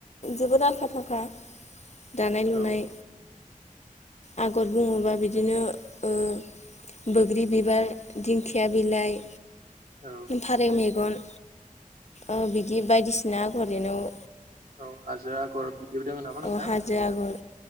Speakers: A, on the left; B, on the right.
A: जोबोद आखा फाखा। दानाय लुनाय।
B: औ
A: आगर बुङोबा बिदिनो ओ बोग्रि बिबार दिंखिया बिलाइ
B: औ
A: फारेव मेगन। ओ बिदि बायदिसिना आगर एरनाव
B: औ हाजो आगर <unintelligible> नामा नोंथां
A: अ हाजो आगर